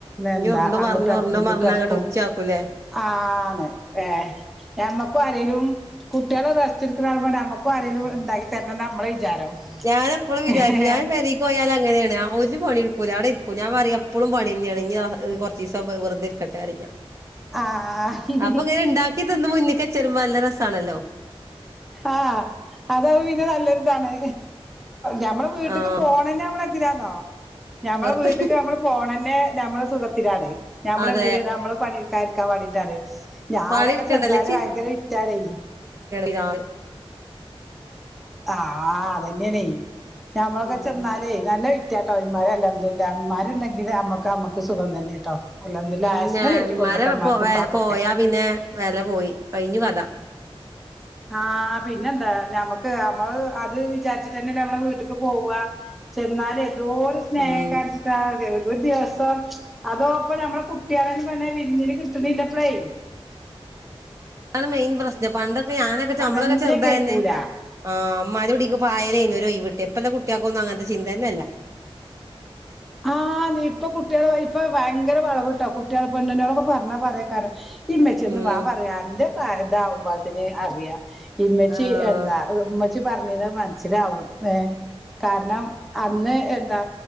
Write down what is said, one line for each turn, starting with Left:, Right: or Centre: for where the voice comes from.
Right: ഇനി
Centre: എന്താ
Right: ഉരുണ്ടും
Centre: അങ്ങിട്ട
Right: പറഞ്ഞ്
Centre: ഇർക്കും
Right: ഉരുണ്ടും
Centre: ഇങ്ങിട്ട
Right: പറഞ്ഞ് അങ്ങട്ട്
Centre: ഇർക്കും
Right: ഉച്ചയാക്കൂലേ
Centre: ആ ഏ ഞമ്മക്കും ആരലും- കുട്ടികളെ റസ്ടുക്കണെ നമുക്കും ആരേലും ഉണ്ടാക്കി തരണം എന്നാ നമ്മുടെ വിചാരം
Right: ഞാന എപ്പോഴും വിചാരിച്ചു
Centre: ഏഹ്
Right: ഞാൻ വെളി പോയാൽ അങ്ങനെയാണ് ഒരു മണി ഇടുക്കൂല അവിടെ ഇരിക്കൂ ഞാൻ പറയാ എപ്പോഴും പണി തന്നെയാണെങ്കിൽ കുറച്ച് ദിവസം വെറുരിക്കട്ടെ
Centre: ആഹ്
Right: അപ്പൊ ഇങ്ങനെ ഉണ്ടാക്കി തന്ന മുന്നക്ക് ചെറുമമ്പ നല്ല രസമാണല്ലോ
Centre: ആഹ് അത പിന്നെ നല്ലരുതാണ് നമ്മടെ വീട്ടക്ക്
Right: ആഹ്
Centre: പോണ തന്നെ നമ്മള എഎന്തിനാണോ ഞമ്മളെ
Right: വെറുതെ
Centre: വീട്ടക്ക് നമ്മള് പോണ തന്നെ- നമ്മെ സുഖത്തിനാണ് ഞമ്മളെന്തിന
Right: അതെ
Centre: നമ്മള് പണിൽക്കാരിക്കാൻ വേണ്ടിട്ടാണ് ഞാനൊക്കെ
Right: പണി എടുക്കണ്ടല്ലോ
Centre: ചെന്നാലേ ഭയങ്കര വിറ്റാണ്
Right: ആ
Centre: ആഹ അതന്നെയനെ ആണ് ഞമ്മളൊക്കെ
Right: ഉം
Centre: ചെന്നാലേ നല്ല വിറ്റാട്ടോന്മാര അല്ലാംല്ല അമ്മമാരുണ്ടെങ്കില് അമ്മ- നമക്ക് സുഖം തന്നെട്ടോ അൽഹംദുലില്ലാഹ്
Right: പിന്നെ
Centre: ആയുസ്സിനെ നീട്ടി
Right: ഉമാരെ
Centre: കൊടുക്കട്ടെ ഇമ്മാർക്കും
Right: പോ
Centre: ഉപ്പാക്കൊക്കെ
Right: പോയാ പിന്നെ വില പോയി കഴിഞ്ഞു കഥ
Centre: ആഹ പിന്നെ എന്താ ഞമ്മക്ക് നമ്മള് അത് വിചാരിച്ചിട്ടന്നെ നമ്മള് വീട്ടിലക്ക് പോവാ ചെന്നാല എന്തോ ഒരു സ്നേഹം
Right: ഉം
Centre: കാരച്ചിട്ടാ ഒരു ദിവസം അതോപ്പ നമ്മെ കുട്ടികളു പറഞ്ഞെ വിരുന്നിന് കിട്ടണില്ലപ്പഴേ
Right: അതാണ്, മെയിൻ പ്രശ്നം, പണ്ടൊക്കെ, ഞാനൊക്കെ, ചമ്മളൊക്കെ,
Centre: തന്നെ
Right: ചെറുതായിന്ന്,
Centre: കേക്കൂല
Right: ആ, മ്മാരോടീക്ക് വായനയ്ന്നും, ഓരോയ് വ്വ്ട്ട്യെപ്പ് <unintelligible> പ്പെല്ല, കുട്ടിയാക്കൊന്നും, അങ്ങനത്തെ, ചിന്തന്നെല്ല
Centre: ആഹ് ന്ന്, ഇപ്പൊ കൂട്ടിയാൾ, വയ്യ്പ്പൊ, വയങ്കര വളവ് ട്ടോ, കുട്ട്യാ, പെണ്ണുനോടൊക്കെ, പറഞ്ഞ, പറയെയ്ക്കാരം ഇമ്മച്ചിയോന്ന്
Right: ഉം
Centre: വാ പറയാ, അന്റെ, പ്രായ താവുംമ്പളത്തിന്, അറിയ ഈമെച്ചി,
Right: ആഹ്
Centre: എന്ത <unintelligible> മനസിലാവും, കാരണം, അന്ന്, എന്താ